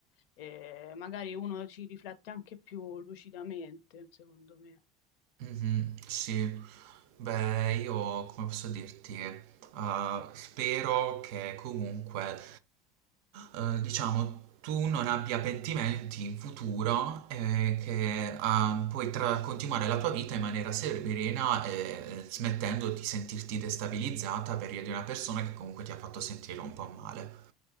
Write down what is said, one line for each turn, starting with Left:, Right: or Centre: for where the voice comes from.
Left: Eh, magari uno ci riflette anche più lucidamente, secondo me.
Right: Mhm, sì, beh, io come posso dirti, eh, spero che comunque, eh, diciamo, tu non abbia pentimenti in futuro e che ah, puoi tra- continuare la tua vita in maniera serena e eh, smettendo di sentirti destabilizzata per via di una persona che comunque ti ha fatto sentire un po' male.